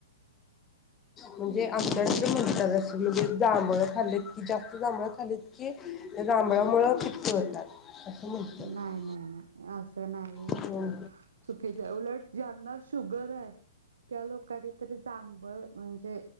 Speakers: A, on the left; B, on the right.
A: म्हणजे आमच्याकडे
B: म्हणजे
A: म्हणतात म्हणजे जांभळं खाल्लं की जास्त जांभळ खाल्लं की जांभळामूळ पित्त होतात. असं म्हणतात
B: नाही-नाही-नाही असं नाही
A: हम्म
B: चुकीचं आहे उलट ज्यांनला शुगर आहे त्या लोकांनी तर जांभळ म्हणजे